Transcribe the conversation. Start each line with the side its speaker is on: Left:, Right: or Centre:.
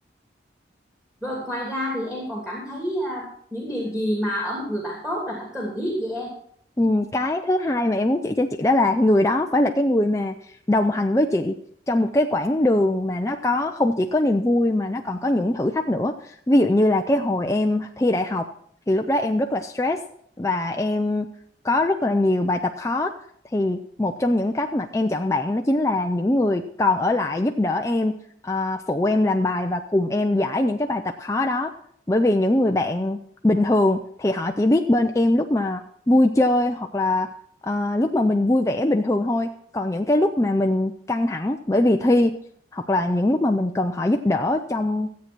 Centre: Rồi ngoài ra thì em còn cảm thấy à, những điều gì mà ở một người bạn tốt là nó cần thiết vậy em?
Left: Ừ, cái thứ hai mà em muốn chỉ cho chị đó là người đó phải là cái người mà đồng hành với chị trong một cái quãng đường mà nó có không chỉ có niềm vui mà nó còn có những thử thách nữa. Ví dụ như là cái hồi em thi đại học thì lúc đó em rất là stress và em có rất là nhiều bài tập khó thì một trong những cách mà em chọn bạn đó chính là những người còn ở lại giúp đỡ em ờ, phụ em làm bài và cùng em giải những cái bài tập khó đó. Bởi vì những người bạn bình thường thì họ chỉ biết bên em lúc mà vui chơi hoặc là ờ, lúc mà mình vui vẻ bình thường thôi còn những cái lúc mà mình căng thẳng bởi vì thi hoặc là những lúc mà mình cần họ giúp đỡ trong